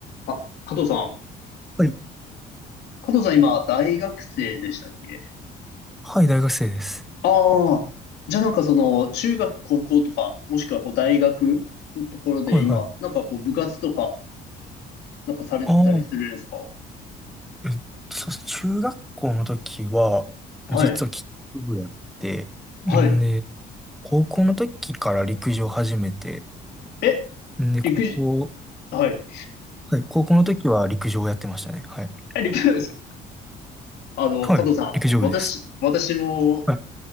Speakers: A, on the left (about 75°); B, in the centre.
A: あ、加藤さん。
B: はい、
A: 加藤さん今、大学生でしたっけ
B: はい、大学生です。
A: ああー、じゃあなんかその、中学、高校とか、もしくはこう大学のところで今、
B: はい、はい。
A: なんかこう部活とか、なんかされてたりするんですか
B: ああえっと、そうです中学校の時は、
A: はい。
B: 実はキック部やって、
A: はい。
B: んで、高校の時から陸上始めて、
A: え、
B: んで、で、
A: 陸上、
B: 高校、
A: はい。
B: はい。高校の時は陸上をやってましたね。はい。
A: え、陸上部ですかあの、
B: はい、
A: 加藤さん、
B: 陸上部です。
A: 私、私も
B: はい。